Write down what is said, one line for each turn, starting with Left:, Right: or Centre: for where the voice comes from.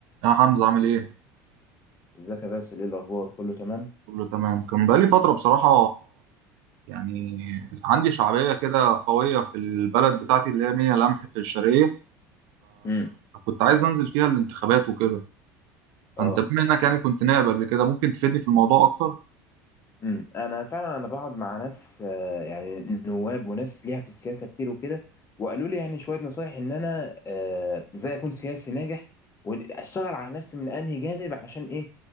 Right: يا حمزة عامل ايه؟
Left: ازيك يا باسل ايه الاخبار كله تمام
Right: كله تمام كان بقالي فترة بصراحة يعني عندي شعبية كده قوية في البلد بتاعتي اللي هي ميا لمح في الشرقية
Left: امم
Right: فكنت عايز انزل فيها الانتخابات وكده
Left: اه
Right: فانت بما انك يعني كنت نائب قبل كده ممكن تفيدني في الموضوع اكتر؟
Left: امم انا فعلا انا بقعد مع ناس آه، يعني نواب وناس ليها في السياسه كتير وكده وقالوا لي يعني شويه نصايح ان انا آه، ازاي اكون سياسي ناجح واشتغل على نفسي من انهي جانب عشان ايه